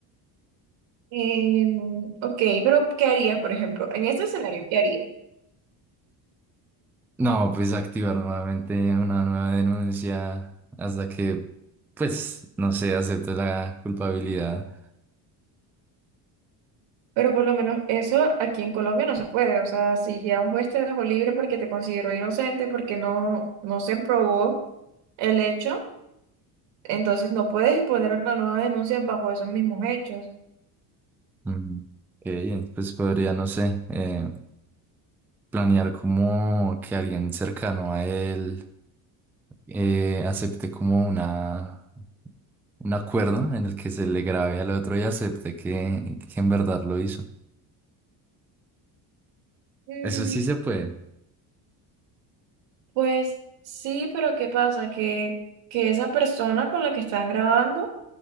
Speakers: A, on the right (about 75°); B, in the centre.
A: Em, ok, pero ¿qué harías, por ejemplo? En este escenario, ¿qué harías?
B: No, pues activar nuevamente una nueva denuncia hasta que, pues, no sé, acepte la culpabilidad.
A: Pero por lo menos eso aquí en Colombia no se puede. O sea, si ya un juez te dejó libre porque te consideró inocente, porque no, no se probó el hecho, entonces no puedes imponer una nueva denuncia bajo esos mismos hechos.
B: Mm, ok, pues podría, no sé, eh, planear como que alguien cercano a él eh, acepte como una, un acuerdo en el que se le grabe al otro y acepte que, que en verdad lo hizo.
A: Mm,
B: Eso sí se puede.
A: pues sí, pero ¿qué pasa? Que, que esa persona con la que están grabando